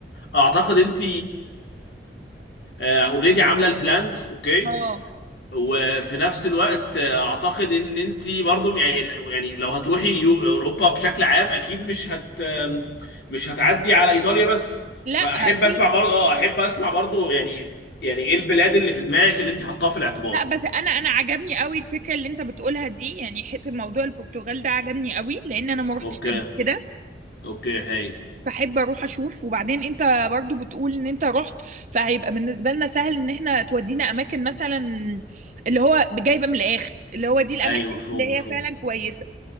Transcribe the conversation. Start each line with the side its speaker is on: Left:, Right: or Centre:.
Left: اعتقد انت اوريدي عامله البلانز اوكي
Right: اه
Left: وفي نفس الوقت اعتقد ان انت برضو يعني يعني لو هتروحي يو- اوروبا بشكل عام اكيد مش هت مش هتعدي على ايطاليا بس
Right: لا
Left: فاحب
Right: اكيد
Left: اسمع برضو اه احب اسمع برضو يعني يعني ايه البلاد اللي في دماغك اللي انت حطاها في الاعتبار
Right: لا بس انا انا عجبني قوي الفكره اللي انت بتقولها دي يعني حته موضوع البرتغال ده عجبني قوي لان انا ما روحتش
Left: اوكي
Right: قبل كده
Left: اوكي هايل
Right: فاحب اروح اشوف وبعدين انت برضو بتقول ان انت رحت فهيبقى بالنسبه لنا سهل ان احنا تودينا اماكن مثلا اللي هو جايبه من الاخر اللي هو دي الاماكن
Left: ايوه مفهوم
Right: اللي هي
Left: مفهوم
Right: فعلا كويسه